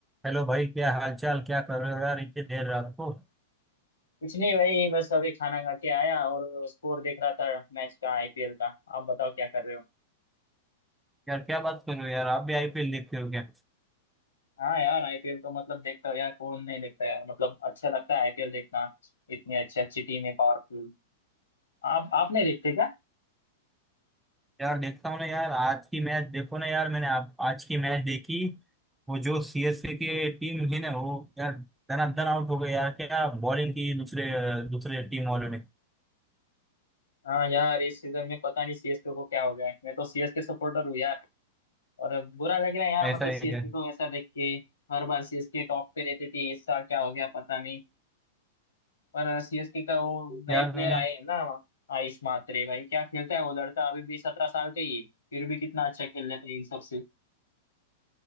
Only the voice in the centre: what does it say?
हेलो भाई क्या हालचाल क्या कर रहे हो यार इतनी देर रात को
यार क्या बात कर रहे हो यार आप भी आईपीएल देखते हो क्या
यार देखता हूँ ना यार आज की मैच देखो ना यार मैंने आप आज की मैच देखी वो जो सीएसके की टीम है ना वो यार धनाधन आउट हो गई यार क्या बॉलिंग की दूसरे दूसरे टीम वालों ने
ऐसा
है
क्या
यार
मैंने